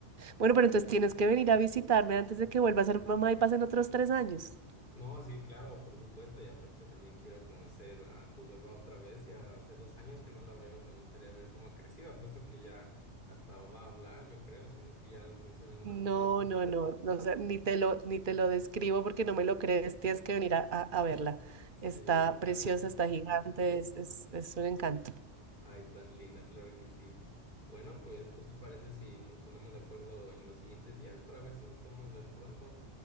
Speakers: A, on the right; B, on the left.
A: Bueno, pero entonces tienes que venir a visitarme antes de que vuelva a ser mamá y pasen otros tres años.
B: No, sí, claro, por supuesto, y aparte también quiero conocer a tu beba otra vez, ya hace dos años que no la veo, me gustaría ver cómo ha crecido, apuesto que ya hasta va a hablar, yo creo, si no es que ya menciona algunas
A: No,
B: palabras.
A: no, no, no, o sea, ni te lo, ni te lo describo porque no me lo crees, tienes que venir a, a- a verla.
B: Sí,
A: Está
B: claro
A: preciosa,
B: que
A: está
B: sí.
A: gigante, es, es, es un encanto.
B: Ay, tan linda, claro que sí. Bueno, pues, ¿qué te parece si nos ponemos de acuerdo en los siguientes días para ver si nos podemos ver pronto?